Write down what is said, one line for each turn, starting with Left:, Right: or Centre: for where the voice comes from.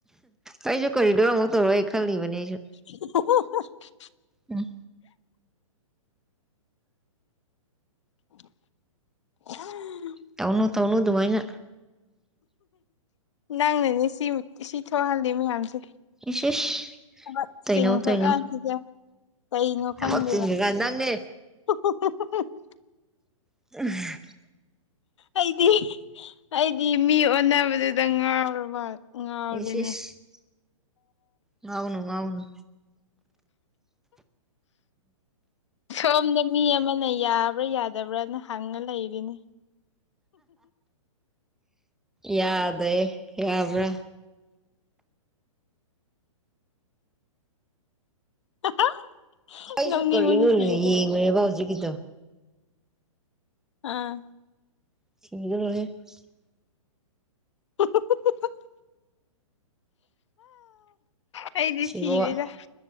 Centre: ꯑꯩꯁꯨ ꯀꯔꯤꯗꯔ ꯑꯃꯨꯛ ꯇꯧꯔ ꯈꯜꯂꯤꯕꯅꯦ ꯑꯩꯁꯨ
Left: <unintelligible>
Centre: ꯎꯝ
Left: <unintelligible>
Centre: ꯇꯧꯅ ꯇꯧꯅꯨ ꯑꯗꯨꯃꯥꯏꯅ
Left: ꯅꯪꯅꯅꯦ ꯁꯤ ꯁꯤ ꯊꯣꯛꯍꯜꯂꯤ ꯃꯌꯥꯝꯁꯦ
Centre: ꯏꯁ ꯏꯁ
Left: ꯊꯕꯛ
Centre: ꯇꯩꯅꯧ
Left: ꯆꯤꯡꯈ꯭ꯔ
Centre: ꯇꯩꯅꯧ
Left: ꯀꯥꯟꯁꯤꯗ ꯀꯩꯅꯣ ꯈꯪꯗꯦꯕ
Centre: ꯊꯕꯛ ꯆꯤꯟꯒ꯭ꯔꯀꯥꯟ ꯅꯪꯅꯦ
Left: <unintelligible>
Centre: <unintelligible>
Left: ꯑꯩꯗꯤ ꯑꯩꯗꯤ ꯃꯤ ꯑꯣꯟꯅꯕꯗꯨꯗ ꯉꯥꯎꯔꯕ ꯉꯥꯎꯔꯦꯅꯦ
Centre: ꯏꯁꯁ ꯏꯁꯁ ꯉꯥꯎꯅꯨ ꯉꯥꯎꯅꯨ
Left: ꯁꯣꯝꯗ ꯃꯤ ꯑꯃꯅ ꯌꯥꯕ꯭ꯔꯥ ꯌꯥꯗꯕ꯭ꯔꯅ ꯍꯪꯉ ꯂꯩꯔꯤꯅꯤ
Centre: ꯌꯥꯗꯦ ꯌꯥꯕ꯭ꯔꯥ
Left: <unintelligible>
Centre: ꯑꯩꯁꯨ
Left: ꯅꯣꯛꯅꯤꯡꯕꯅ
Centre: ꯀꯔꯤꯅꯣꯅꯦ
Left: ꯁꯤꯔꯦꯗ
Centre: ꯌꯦꯡꯕꯅꯦꯕꯥ ꯍꯧꯖꯤꯛꯀꯤꯗꯣ
Left: ꯑꯥ
Centre: <unintelligible>
Left: <unintelligible> ꯑꯩꯗꯤ
Centre: ꯁꯤꯕ
Left: ꯁꯤꯔꯦꯗ